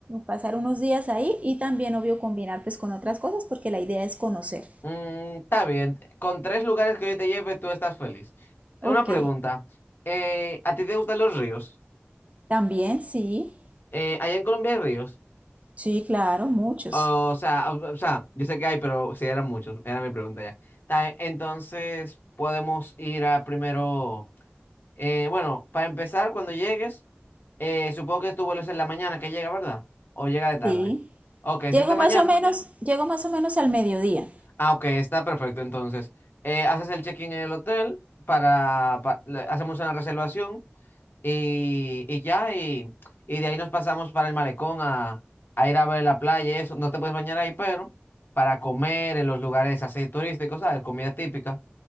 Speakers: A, on the right; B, on the left.
A: pasar unos días ahí y también, obvio, combinar pues con otras cosas porque la idea es conocer.
B: Mm, está bien. Con tres lugares que yo te lleve, tú estás feliz.
A: Ok,
B: Una pregunta. eh, ¿a ti te gustan los ríos?
A: también sí,
B: Eh, ¿allá en Colombia hay ríos?
A: sí, claro, muchos,
B: O sea, o, o sea, yo sé que hay, pero sí eran muchos. Era mi pregunta ya. Ta- e, Entonces, podemos ir a primero. eh, bueno, para empezar, cuando llegues, eh, supongo que tu vuelo es en la mañana que llega, ¿verdad? O llega de tarde.
A: sí.
B: Ok,
A: Llego
B: si es de mañana.
A: más o menos, llego más o menos al mediodía.
B: Ah, ok, está perfecto. Entonces, eh, haces el check-in en el hotel para, pa- le- hacemos una reservación. Y, y ya, y, y de ahí nos pasamos para el malecón a, a ir a ver la playa y eso. No te puedes bañar ahí, pero para comer en los lugares así turísticos, ¿sabes? Comida típica.